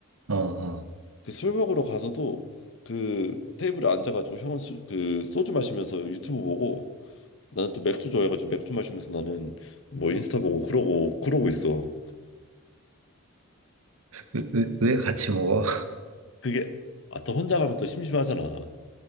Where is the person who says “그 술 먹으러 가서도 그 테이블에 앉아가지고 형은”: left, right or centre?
Left